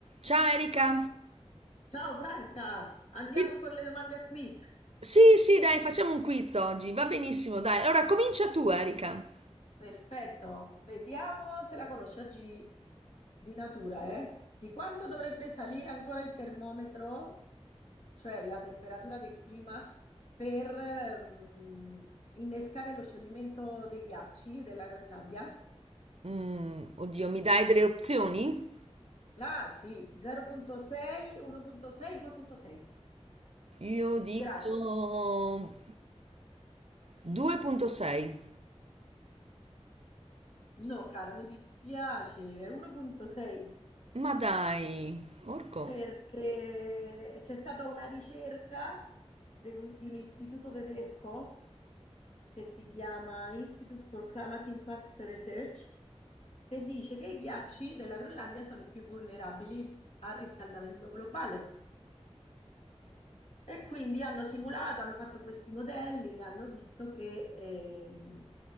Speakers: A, on the right (about 65°); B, on the left (about 85°).
A: Ciao Erika.
B: Ciao Franca, andiamo
A: Ti-
B: con le domande a quiz.
A: Sì, sì, dai, facciamo un quiz oggi. Va benissimo, dai. Allora, comincia tu, Erika.
B: Perfetto, vediamo se la conosci oggi di natura, eh? Di quanto dovrebbe salire ancora il termometro, cioè la temperatura del clima, per ehm, innescare lo scioglimento dei ghiacci della Groenlandia?
A: Mm, oddio, mi dai delle opzioni?
B: Ah sì, 0.6, 1.6, 2.6
A: Io dico
B: gradi.
A: 2.6.
B: No, cara, mi dispiace, è 1.6.
A: Ma dai, orco.
B: perché c'è stata una ricerca di un, di un istituto tedesco che si chiama Institute for Climate Impact Research, che dice che i ghiacci della Groenlandia sono i più vulnerabili al riscaldamento globale. E quindi hanno simulato, hanno fatto questi modelli e hanno visto che, ehm,